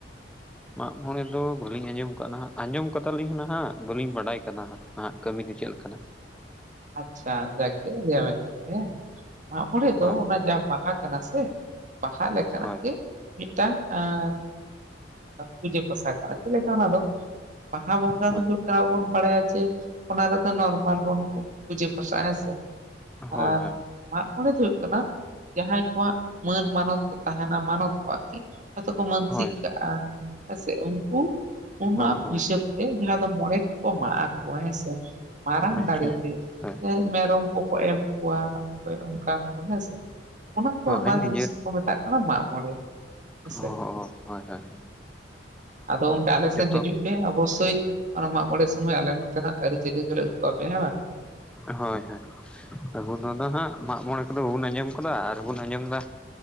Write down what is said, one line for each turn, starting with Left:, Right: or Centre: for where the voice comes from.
Centre: ᱢᱟᱜ ᱢᱚᱬᱮ ᱫᱚ ᱵᱟᱹᱞᱤᱧ ᱟᱸᱡᱚᱢ ᱠᱟᱜᱱᱦᱟᱜ <unintelligible> ᱟᱸᱡᱚᱢ ᱠᱟᱫᱟᱞᱤᱧ ᱱᱟᱦᱟᱜ ᱵᱟᱹᱞᱤᱧ ᱵᱟᱰᱟᱭ ᱟᱠᱟᱫᱟᱜ ᱱᱟᱦᱟᱜ ᱠᱟᱹᱢᱤ ᱫᱚ ᱪᱮᱫ ᱞᱮᱠᱟᱱᱟ᱾
Right: ᱟᱪᱪᱷᱟ ᱡᱟᱜᱮ ᱞᱭᱟᱵᱮᱱ ᱠᱟᱱᱟ <unintelligible> ᱦᱮᱸ ᱢᱟᱜᱢᱚᱬᱮ ᱫᱚ
Centre: ᱦᱳᱭ
Right: ᱚᱱᱟ ᱡᱟ ᱵᱟᱦᱟ ᱠᱟᱱᱟ ᱥᱮ ᱼᱼ ᱵᱟᱦᱟ ᱞᱮᱠᱟᱱᱟᱜ
Centre: ᱦᱳᱭ
Right: ᱜᱮ ᱢᱤᱫᱴᱟᱝ ᱟᱸᱻ ᱯᱩᱡᱟᱹ ᱯᱟᱥᱟ ᱠᱟᱱᱟ ᱪᱮᱛᱞᱮᱠᱟ ᱚᱱᱟ ᱫᱚ ᱼᱼ ᱵᱟᱦᱟ ᱵᱚᱸᱜᱟ
Centre: ᱦᱳᱭ
Right: ᱫᱚ ᱦᱩᱭᱩᱜ ᱠᱟᱱᱟᱵᱚᱱ ᱵᱟᱲᱟᱭᱟ ᱡᱮ ᱚᱱᱟ ᱨᱮᱫᱚ ᱱᱚᱨᱢᱟᱞ ᱵᱚᱱ ᱼᱼ ᱯᱩᱡᱟᱹ ᱯᱟᱥᱟ ᱦᱮᱸᱥᱮ ᱟᱨ
Centre: ᱦᱳᱭ ᱦᱳᱭ
Right: ᱢᱟᱜ ᱢᱚᱬᱮ ᱫᱚ ᱦᱩᱭᱩᱜ ᱠᱟᱱᱟ ᱼᱼ ᱡᱟᱦᱟᱸᱭ ᱠᱚᱣᱟᱜ ᱢᱟᱹᱱ ᱢᱟᱱᱚᱛ ᱠᱚ ᱛᱟᱦᱮᱱᱟ ᱢᱟᱱᱚᱛ ᱠᱚ ᱟᱨᱠᱤ ᱦᱚᱭᱚᱛᱚ ᱠᱚ ᱢᱟᱹᱱᱥᱤᱠ
Centre: ᱦᱳᱭ
Right: ᱠᱟᱜᱼᱟ ᱼᱼ ᱦᱮ ᱥᱮ ᱩᱱᱠᱩ ᱼᱼ ᱚᱱᱟ
Centre: ᱦᱳᱭ ᱦᱳᱭ
Right: ᱦᱤᱥᱟᱹᱵ ᱛᱮ ᱡᱟᱦᱟᱸ ᱫᱚ ᱢᱚᱬᱮ ᱠᱚᱠᱚ ᱢᱟᱜ ᱟᱠᱚᱣᱟ ᱦᱮᱸᱥᱮ ᱢᱟᱨᱟᱝ
Centre: ᱟᱪᱪᱷᱟ
Right: ᱫᱟᱲᱮ ᱛᱮ।
Centre: ᱦᱳᱭ
Right: ᱢᱮᱨᱚᱢ ᱠᱚᱠᱚ ᱮᱢ ᱠᱚᱣᱟ ᱚᱠᱚᱭ ᱚᱱᱠᱟᱱ ᱠᱚ ᱦᱮᱸᱥᱮ। ᱚᱱᱟ ᱠᱚ ᱚᱱᱟ
Centre: ᱦᱳᱭ ᱱᱤᱡᱮᱨ
Right: ᱡᱤᱱᱤᱥ ᱠᱚ ᱢᱮᱛᱟᱜ ᱼᱼ ᱚᱱᱟ ᱢᱟᱜ ᱢᱚᱬᱮ ᱦᱮᱸ ᱥᱮ
Centre: ᱚ ᱦᱳᱭ ᱦᱳᱭ
Right: ᱟᱫᱚ ᱜᱚᱝᱠᱮ ᱟᱞᱮ ᱥᱮᱱ
Centre: ᱡᱚᱛᱚ
Right: ᱦᱤᱡᱩᱜ ᱼᱼ ᱯᱮ ᱚᱵᱚᱥᱥᱳᱭ ᱚᱱᱟ ᱢᱟᱜᱚᱬᱮ ᱥᱚᱢᱚᱭ ᱟᱞᱮ ᱱᱚᱱᱛᱮᱱᱟᱜ ᱟᱹᱨᱤᱪᱟᱹᱞᱤ ᱠᱚᱞᱮ ᱩᱫᱩᱜ ᱟᱯᱮᱭᱟ ᱦᱮᱸ ᱵᱟᱝ।
Centre: ᱦᱳᱭ ᱦᱳᱭ ᱟᱵᱚ ᱱᱚᱣᱟ <unintelligible> ᱫᱚ ᱦᱟᱸᱜ ᱢᱟᱜ ᱢᱚᱬᱮ ᱠᱚᱫᱚ ᱵᱟᱵᱚᱱ ᱟᱸᱡᱚᱢ ᱟᱠᱟᱫᱟ ᱟᱨᱵᱚᱱ ᱟᱸᱡᱚᱢᱫᱟ ᱼᱼ